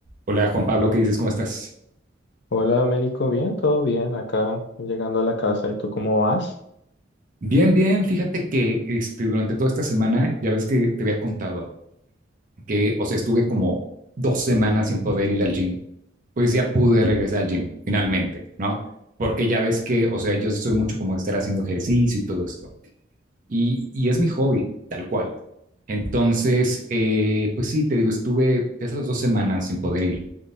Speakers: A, on the right; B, on the left.
A: Hola Juan Pablo, ¿qué dices? ¿Cómo estás?
B: Hola Domenico, bien, todo bien acá, llegando a la casa. ¿Y tú cómo vas?
A: Bien, bien. Fíjate que este, durante toda esta semana, ya ves que te había contado que, o sea, estuve como dos semanas sin poder ir al gym. Pues ya pude regresar al gym, finalmente, ¿no? Porque ya ves que, o sea, yo sí soy mucho como de estar haciendo ejercicio y todo esto. Y, y es mi hobby, tal cual. Entonces, eh, pues sí, te digo, estuve esas dos semanas sin poder ir.